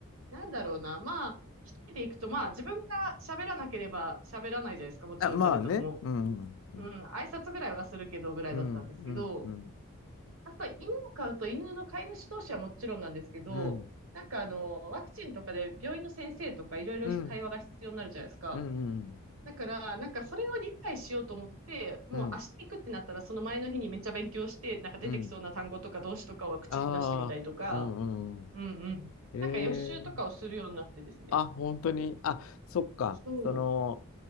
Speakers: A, on the right; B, on the left.
A: なんだろうな。まあ、一人で行くと、まあ、自分が喋らなければ喋らないじゃないですか。もちろん誰とも。
B: あ、まあね。うん。うん。
A: うん、挨拶ぐらいはするけど、ぐらいだったんですけど、
B: うん。うん。
A: あと、犬を飼うと、犬の飼い主同士はもちろんなんですけど、
B: うん。
A: なんかあの、ワクチンとかで病院の先生とかいろいろ会話が必要になるじゃないですか。
B: うん。うん。うん。
A: だから、なんかそれを理解しようと思って、もう明日行くってなったら、
B: うん。うん。
A: その前の日にめっちゃ勉強して、なんか出てきそうな単語とか動詞とかを口に出してみたりとか、
B: うん。ああ。うん。うん。
A: うんうん。
B: え
A: なんか予習とかをするようになってですね。
B: えあ、本当に。あ、そっか。
A: そ
B: その、